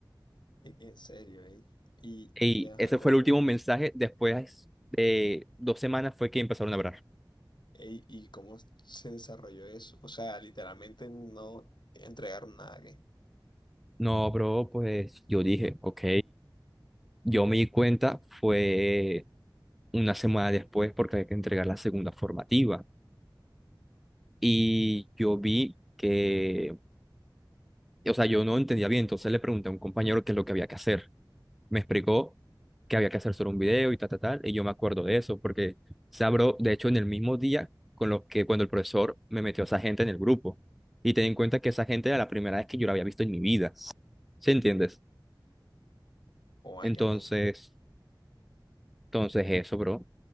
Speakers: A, on the left; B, in the centre.
A: En en serio, ¿eh? Y,
B: Y
A: y ajá,
B: ese
A: como.
B: fue el último mensaje. Después de dos semanas fue que empezaron a hablar.
A: Ey, ¿Y cómo se desarrolló eso? O sea, literalmente no entregaron nada que.
B: No, bro, pues yo dije, ok, yo me di cuenta, fue una semana después porque hay que entregar la segunda formativa. Y yo vi que, o sea, yo no entendía bien, entonces le pregunté a un compañero qué es lo que había que hacer. me explicó que había que hacer solo un video y tal, tal, tal, y yo me acuerdo de eso, porque Sabro, de hecho, en el mismo día con los que cuando el profesor me metió a esa gente en el grupo, y ten en cuenta que esa gente era la primera vez que yo la había visto en mi vida, ¿sí entiendes?
A: Juan,
B: Entonces,
A: qué, mon-
B: entonces eso, bro.